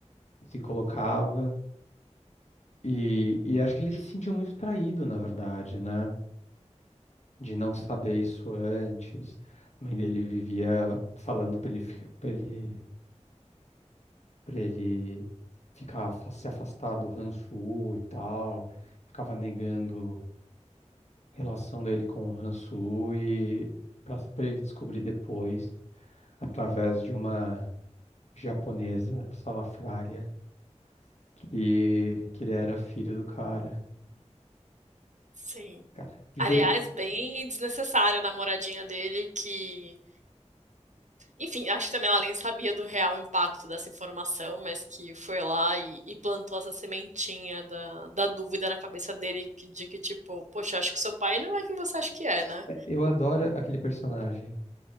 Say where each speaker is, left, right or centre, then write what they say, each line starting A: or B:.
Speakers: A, on the left; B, on the right.
A: se colocava. E, e acho que ele se sentiu muito traído, na verdade, né? De não saber isso antes. A mãe dele vivia falando pra ele, fi- pra ele, pra ele ficar, fa- se afastar do Hansu e tal ficava negando relação dele com o Han Solo e para ele descobrir depois, através de uma japonesa salafrária, que, que ele era filho do cara.
B: Sim.
A: Cara, porque
B: Aliás, bem desnecessária a namoradinha dele que, enfim, acho que também ela nem sabia do real impacto dessa informação, mas que foi lá e, e plantou essa sementinha da, da dúvida na cabeça dele que- de que, tipo, poxa, acho que seu pai não é quem você acha que é, né?
A: é, eu adoro aquele personagem,